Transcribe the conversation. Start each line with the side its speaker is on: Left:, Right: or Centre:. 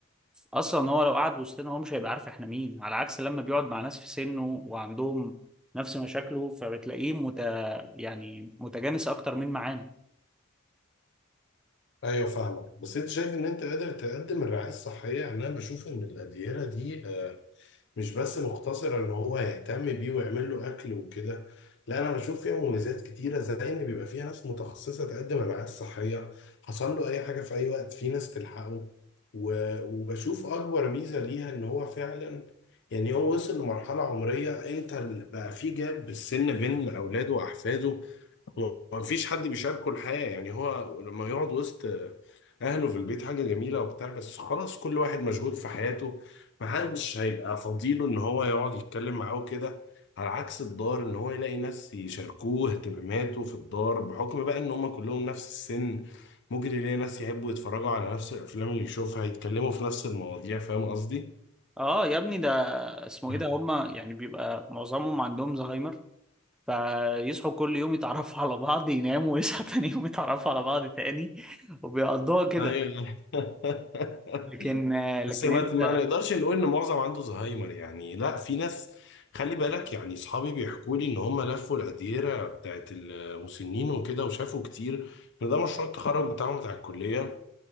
Centre: أصلا هو لو قعد وسطنا هو مش هيبقى عارف إحنا مين على عكس لما بيقعد مع ناس في سنه وعندهم نفس مشاكله فبتلاقيه مت... يعني متجانس أكتر من معانا
Left: ايوه فاهمك بس انت شايف ان انت قادر تقدم الرعايه الصحيه يعني انا بشوف ان الاديره دي مش بس مقتصر ان هو يهتم بيه ويعمل له اكل وكده لا انا بشوف فيها مميزات كتيره زي ان بيبقى فيها ناس متخصصه تقدم الرعايه الصحيه حصل له اي حاجه في اي وقت في ناس تلحقه و- وبشوف اكبر ميزه ليها ان هو فعلا يعني هو وصل لمرحله عمريه انت ال- بقى في جاب بالسن بين اولاده واحفاده هو مفيش حد بيشاركه الحياة يعني هو لما يقعد وسط أهله في البيت حاجة جميلة وبتاع بس خلاص كل واحد مشغول في حياته محدش هيبقى فضيله إن هو يقعد يتكلم معاه وكده على عكس الدار إن هو يلاقي ناس يشاركوه اهتماماته في الدار بحكم بقى إن هما كلهم نفس السن ممكن يلاقي ناس يحبوا يتفرجوا على نفس الأفلام اللي يشوفها يتكلموا في نفس المواضيع فاهم قصدي؟
Centre: آه يا ابني ده اسمه
Left: <laughs>
Centre: إيه
Left: مم.
Centre: ده هما يعني بيبقى معظمهم عندهم زهايمر فيصحوا كل يوم يتعرفوا على بعض يناموا ويصحوا تاني يوم يتعرفوا على بعض تاني وبيقضوها كده
Left: ايوه <laughs>
Centre: لكن لكن
Left: بس ما
Centre: انت
Left: ما نقدرش نقول ان معظم عنده زهايمر يعني لا في ناس خلي بالك يعني اصحابي بيحكوا لي ان هم لفوا الاديره بتاعت المسنين وكده وشافوا كتير ان ده مشروع التخرج بتاعهم بتاع الكليه